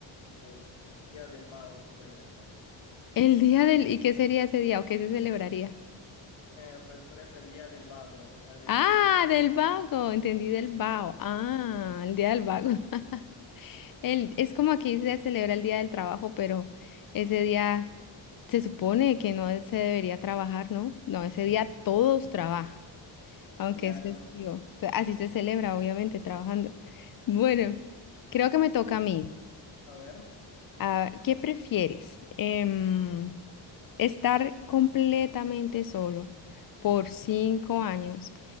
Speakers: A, on the left (about 70°); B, on the left (about 45°).
A: pues, Día del Vago puede ser.
B: El día del, ¿y qué sería ese día o qué se celebraría?
A: Eh, pues por eso el Día del Vago, o sea, del
B: Ah,
A: que no hace
B: del vago, entendí del vago.
A: nada.
B: Ah, el día del vago. <laughs>
A: <laughs>
B: El, es como aquí se celebra el día del trabajo, pero ese día se supone que no se debería trabajar, ¿no? No, ese día todos trabajan, aunque
A: Claro,
B: es festivo. T- Así se celebra, obviamente, trabajando. Bueno, creo que me toca
A: bueno,
B: a mí.
A: sí. A ver,
B: Ah, ¿qué prefieres? Em, Estar completamente solo por cinco años,